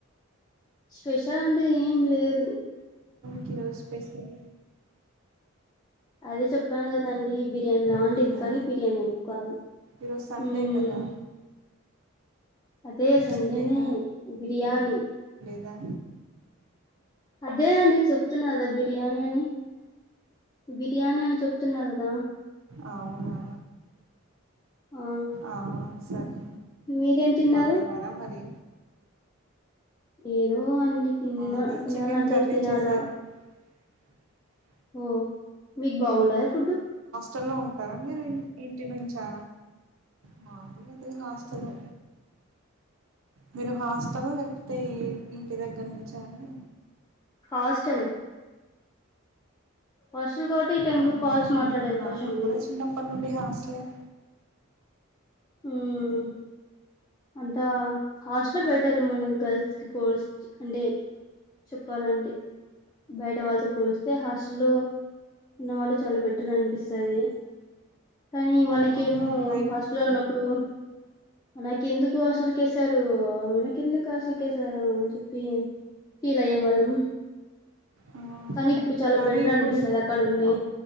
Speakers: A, on the left (about 20°); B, on the right (about 75°).
A: స్పెషల్ అంటే ఏం లేదు
B: కి రోజు స్పెషల్
A: అదే చెప్పాను కదండి బిర్యానీ లా
B: రొటీనా
A: ఉండేది కానీ బిర్యానీ కాదు
B: ఈరోజు సండే
A: ఊమ్
B: కదా
A: అదే సండే
B: చికెన్
A: నే బిర్యాణి
B: దా
A: అదే అండి చెప్తున్నాగదా బిర్యానీ అని బిర్యానీ అని చెప్తున్నా కదా
B: అవునా
A: ఆ
B: ఆ సరే
A: మీరేం తిన్నారు
B: బా తిన్నారా మరి
A: ఏదో అండి తిన్న
B: మాది
A: తినాలంటే
B: చికెన్ కర్రీ
A: తినాలా
B: చేశారు <inaudible>
A: ఆ మీక్ బాగుండదా ఫుడ్
B: చల్లో ఉంటారా మీరు ఇం ఇంటి నుంచా మాది ఏదో హాస్టలే మీరు హాస్టల్లో లేకపోతే ఈ ఇంటి దగ్గర నుంచ అండి
A: హాస్టల్ హాస్టల్ కాబట్టి ఈ టైమ్
B: అవును
A: లో కాల్స్ మాట్లాడే
B: ఉ
A: అవకాశం
B: నాది
A: ఉంది
B: కూడా చిన్నప్పటి నుండి హాస్టల్ ఏ <inaudible>
A: ఊమ్ అంతా హాస్టల్ బెటర్ మన గర్ల్స్ కి పోచ్ అంటే చెప్పాలంటే బయట వాళ్ళతో పోలిస్తే హాస్టల్లో ఉన్నవాళ్ళు చాలా బెటర్ అనిపిస్తది కానీ మనకేమో
B: ఆ, ఇంకా ఇ
A: హాస్టల్లో ఉన్నప్పుడు మన ఎందుకు హాసల్ కెసారు మనక ఎందుకు ఆసల్ ఓకే సార్ అని చెప్పి ఫీల్ అయ్యే వాళ్ళం
B: ఆ
A: కానీ ఇప్పుడు చాలా
B: కానీ
A: బెటర్
B: ఇప్పుడు
A: అనిపిస్తది అక్కడ ఉండి
B: ఆ